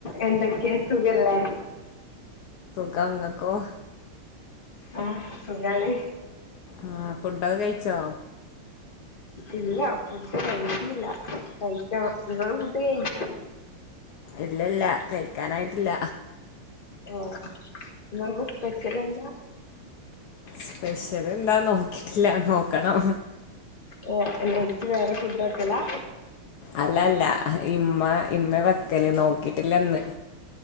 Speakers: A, on the left; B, on the left.
A: എന്തൊക്കെയ സുഖല്ലേ
B: കങ്ങകോ
A: ആഹ് സുഖണ്
B: ആ ഫുഡകൊ കഴിച്ചോ
A: ഇല്ല. ഫുഡ് കഴിച്ചില്ല. കഴിക്കണം. നിങ്ങൾ ഫുഡ് കഴിച്ച
B: ഇല്ല ഇല്ല കഴിക്കാനായിട്ടില്ല
A: ആ. ഇങ്ങള്ക്ക് സ്പെഷ്യൽ എന്താ
B: സ്പെഷ്യൽ എന്താ നോക്കിട്ടില്ല നോക്കണം
A: ഓ. നൈറ്റ് വേറെ ഫുഡ് ക്കെല്ലാ
B: അല്ലല്ല. ഇമ്മ ഇമ്മ വെക്കല് നോക്കിട്ടില്ലന്ന്